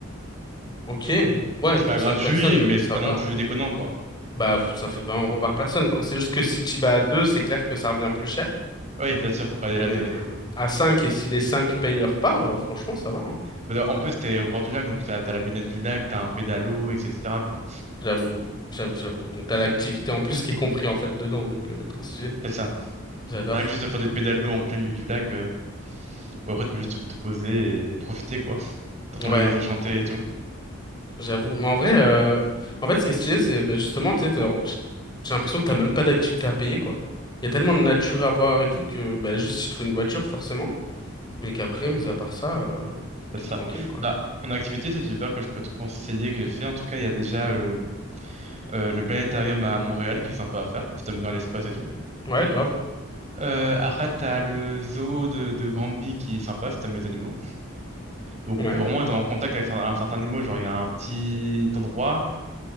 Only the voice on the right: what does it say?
C'est
pas
gratuit,
mais
c'est pas
non plus déconnant, quoi.
Oui, c'est sûr, faut pas aller
là deux. <laughs>
Mais En plus, c'était au bord du lac, donc t'as t'as la baignade du lac, t'as un pédalo, etc., quoi.
C'est ça.
Rien que juste de faire des pédalos en plein milieu du lac, euh, où après tu peux juste te, te poser et, et profiter, quoi. T'entends
les oiseaux chanter et tout.
C'est
ça.
Bah, en activité cet hiver que je peux te conseiller, que j'ai fait, en tout cas, il y a déjà euh, euh, le planétarium à Montréal qui est sympa à faire, si t'aimes bien l'espace et tout.
Euh, après, t'as le zoo de, de Granby qui est sympa si t'aimes les animaux. Donc,
on peut vraiment être en contact avec un, un certain animal. Genre, il y a un petit endroit,